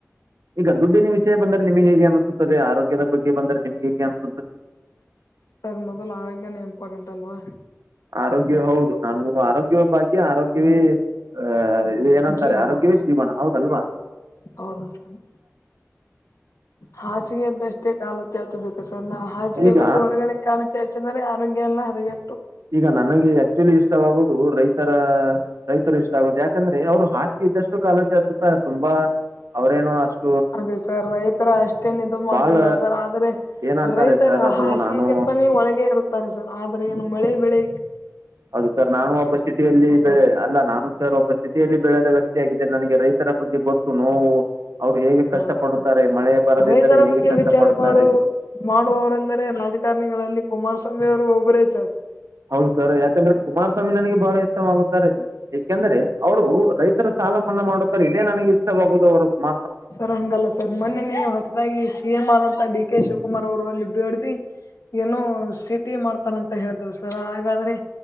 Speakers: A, on the right; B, on the left.
A: ಈಗ ದುಡ್ಡಿನ ವಿಷಯ ಬಂದರೆ ನಿಮಗೆ ಹೇಗೆ ಅನಿಸುತ್ತದೆ ಆರೋಗ್ಯದ ಬಗ್ಗೆ ಬಂದರೆ ನಿಮಗೆ ಹೆಂಗೆ ಅನಿಸ್
B: ಸರ್ ಮೊದಲು ಆರೋಗ್ಯನೇ ಇಂಪಾರ್ಟೆಂಟ್ ಅಲ್ವಾ.
A: ಆರೋಗ್ಯ ಹೌದು ನಾನ ಆರೋಗ್ಯವೇ ಭಾಗ್ಯ ಆರೋಗ್ಯವೇ ಆಹ ಇದು ಏನಂತಾರೆ
B: ಜೀವನ
A: ಆರೋಗ್ಯವೇ ಜೀವನ ಹೌದಲ್ವಾ.
B: ಹೌದು ಸರ್ ಹಾಸಿಗೆ ಇದ್ದಷ್ಟೇ ಕಾಲು ಚಾಚಬೇಕು ಸರ್ ನಾವು ಹಾಸಿಗೆ
A: ಈಗ
B: ಬಿಟ್ಟು ಹೊರಗಡೆ ಕಾಲು ಚಾಚ ಚಿದರೆ ಆರೋಗ್ಯ ಎಲ್ಲ ಹದಗೆ
A: ಈಗ ನನಗೆ ಆಕ್ಚುಲಿ ಇಷ್ಟವಾಗು ರೈತರ ರೈತರು ಇಷ್ಟ ಆಗುದು ಯಾಕಂದ್ರೆ ಅವ್ರು ಹಾಸಿಗೆ ಇದ್ದಷ್ಟು ಕಾಲು ಚಾಚ್ ತುಂಬಾ ಅವ್ರೇನು ಅಷ್ಟ್
B: ಅದೇ ಸರ್ ರೈತರ ಅಷ್ಟೇನ್ ಇದು ಮಾಡೋದಿಲ್ಲ
A: ಬಾಳ
B: ಸರ್ ಆದ್ರೆ
A: ಏನಂತಾರೆ
B: ರೈತರ
A: ಸರ್ ಅದು
B: ಹಾಸಿಗೆಗೆ
A: ನಾನು
B: ನೇ ಒಳಗೆ ಇರುತ್ತಾರೆ ಸರ್ ಆದ್ರೆ ಏನು ಮಳೆ ಬೆಳೆಯಕ್
A: ಹೌದು ಸರ್ ನಾನು ಒಬ್ಬ ಸಿಟಿಯಲ್ಲಿ
B: ಸರ್
A: ಬೆಳೆ ಅಲ್ಲ ನಾನು ಸರ್ ಒಬ್ಬ ಸಿಟಿಯಲ್ಲಿ ಬೆಳೆದಾಗ <unintelligible> ನನಗೆ ರೈತರ ಬಗ್ಗೆ ಗೊತ್ತು ನೋವು ಅವ್ರು ಹೇಗೆ ಕಷ್ಟ
B: ಹೌದು
A: ಪಡುತ್ತಾರೆ
B: ಸರ್
A: ಮಳೆ ಬರದಿದ್ದರೆ
B: ರೈತರ
A: ಹೇಗೆ
B: ಬಗ್ಗೆ
A: ಕಷ್ಟ
B: ವಿಚಾರ
A: ಪಡುತ್ತಾರೆ.
B: ಮಾಡು ಮಾಡುವವರೆಂದರೆ ರಾಜಕಾರಣಿಗಳಲ್ಲಿ ಕುಮಾರಸ್ವಾಮಿ ಅವರು ಒಬ್ಬರೇ ಸರ್.
A: ಹೌದು ಸರ್ ಯಾಕಂದ್ರೆ ಕುಮಾರಸ್ವಾಮಿ ನನಗೆ ಬಹಳ ಇಸ್ ಇಷ್ಟವಾಗುತ್ತಾರೆ ಏಕೆಂದ್ರೆ ಅವರು ರೈತರ ಸಾಲ ಮನ್ನಾ ಮಾಡುತ್ತಾರೆ ಇದೇ ನನಗೆ ಇಷ್ಟವಾಗುದು ಅವರು ಕುಮ್
B: ಸರ್ ಹಂಗಲ್ಲ ಸರ್ ಮೊನ್ನೆ ನೀವು ಹೊಸದಾಗಿ ಸಿ ಎಂ ಆದಂತ ಡಿ ಕೆ ಶಿವಕುಮಾರ್ ಅವರು ಒಂದು ನಿ ಏನೋ ಸಿಟಿ ಮಾಡ್ತಾನಂತ ಹೇಳಿದ್ ಸರ್ ಹಾಗಾದ್ರೆ